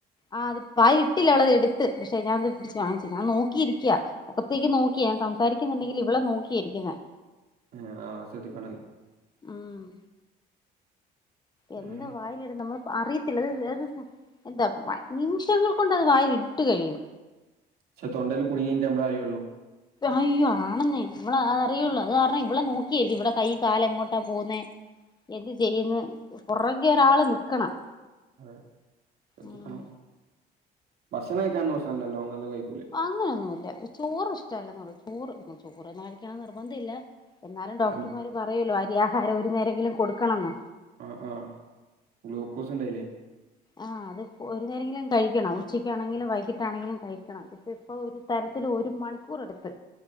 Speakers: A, on the left; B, on the right.
A: ആ അത് വായിലിട്ടില്ല അവളത് എട് ത്ത് പക്ഷെ ഞാനത് പിടിച്ച് വാങ്ങിച്ച് ഞാൻ നോക്കിയിരിക്ക മൊഖത്തേക്ക് നോക്കി ഞാൻ സംസാരിക്കുന്ന്ണ്ടെങ്കിലും അവളെ നോക്കിയിരിക്കാ. ങ്ങനെ.
B: ആ ആസധിക്കണായി.
A: മ്മ്. എന്ത
B: ഉം.
A: വായിലിടുന്നേ നമ്മള്. അറിയത്തില്ല അത് അത് എന്താ നിമിഷങ്ങൾ കൊണ്ട അത് വായിൽ ഇട്ടു കഴിയും.
B: പക്ഷെ തൊണ്ടൽ കുടുങ്ങി കഴിഞ്ഞട്ട് നമ്മള് അറിയുള്ളു.
A: അയ്യോ ആണെന്നേ നമ്മള അ അറിയുള്ളൂ അത് കാരണം ഇവിടെ നോക്കിയായിരിക്കും ഇവിടെ കൈ കാല് എങ്ങോട്ടാ പോകുന്നെ. എന്ത് ചെയ്യന്ന് പുറകെ ഒരാള് നിക്കണം.
B: അതെ ശ്രദ്ധിക്കണം
A: ഉം
B: ഭക്ഷണം കഴിക്കാൻ പ്രശ്നം ഇല്ലല്ലോ നല്ല കഴി
A: അങ്ങനെയൊന്നുമല്ല ചോറ് ഇഷ്ട അല്ലെന്നേയുള്ളു ചോറ് ചോറ് തന്നെ കഴിക്കണോന്ന് നിർബന്ധം ഇല്ല. എന്നാലും ഡോക്ടർമാർ
B: എൻ-
A: പറയുമല്ലോ അരിയാഹാരം ഒരു നേരെങ്കിലും കൊടുക്കണമെന്ന്.
B: ആ ആഹ ഗ്ലൂക്കോസ് ഉണ്ടായില്ലേ.
A: ആ അത് ഒരു നേരരെങ്കിലും കഴിക്കണം ഉച്ചക്കാണെങ്കിലും വൈകിട്ടാണെങ്കിലും കഴിക്കണം അതിപ്പ ഇപ്പൊ ഒരു തര ത്തി ഒരു മണിക്കൂർ എടുത്ത്